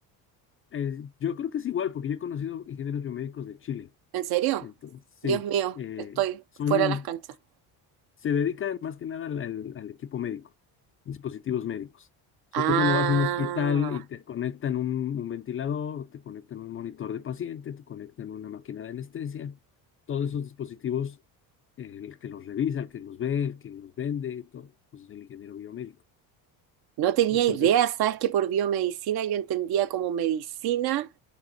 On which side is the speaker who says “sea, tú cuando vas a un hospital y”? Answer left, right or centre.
Left